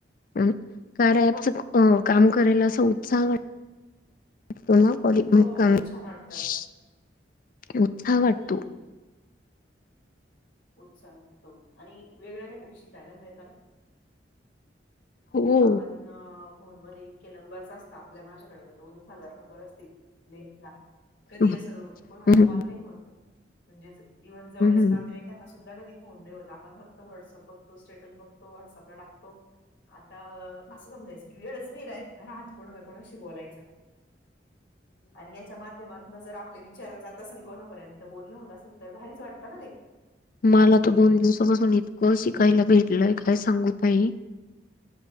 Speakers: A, on the left; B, on the left.
A: अ आर्याऍपच खुप अ काम करायला असा उत्साह <unintelligible>
B: हो छान वाटतं हम्म उत्साह वाटतो आणि वेगळ्या कायतरी शिकायला मिळता
A: हो
B: आपण अ फोन मध्ये इतके नंबर असतात, आपल्या माझ्याकडे दोन एक हजार नंबर असतील <unintelligible> कधी
A: हम्म,
B: असं, कोनाला
A: हम्म,
B: कॉल नाही होत, म्हणजे इव्हन जवळचे
A: हम्म.
B: नातवाईक त्यांना सुध कधी फोन नाही होत, आपण फक्त व्हॉट्सअ बघतो, स्टेटस बघतो, व्हटसअपला टाकतो. अ असं समजायचं की, वेळच नाही राहत कोणा कोणाशी बोलायचा आणि याच्या माध्यमात न जर आपले विचार जात असेल कोणापर्यंत बोलण होत असेल तर भारीच वाटतं ना ते.
A: मला तो दोन दिवसापासून इतकं शिकायला भेटलय, काय सांगू ताई,